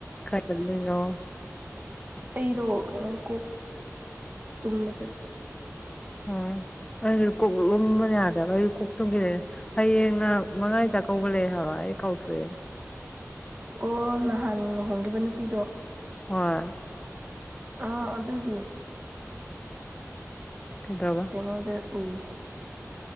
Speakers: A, on the left (about 15°); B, on the right (about 30°).
A: ꯈ ꯆꯅꯣ
B: ꯑꯩꯗꯣ ꯀꯩꯅꯣ ꯀꯣꯛ ꯇꯨꯝꯕ ꯆꯄ
A: ꯎ ꯑꯩꯁꯨ ꯀꯣꯛ ꯂꯨꯝꯕ ꯌꯥꯗꯦꯕ ꯀꯣꯛꯇꯨꯝꯒꯤꯗ ꯍꯌꯦꯡꯅ ꯃꯉꯥꯏ ꯆꯥꯛꯀꯧꯕ ꯂꯩ ꯍꯥꯏꯕ ꯑꯩ ꯀꯥꯎꯊꯣꯛꯑꯦ
B: ꯑꯣ ꯅꯍꯥꯟ ꯂꯨꯍꯣꯡꯈꯤꯕ ꯅꯨꯄꯤꯗꯣ
A: ꯍ
B: ꯑꯥ ꯑꯗꯨꯒꯤ
A: ꯀꯩꯗꯧꯔꯕ
B: ꯇꯩꯅꯣꯗ ꯎꯏꯌꯦ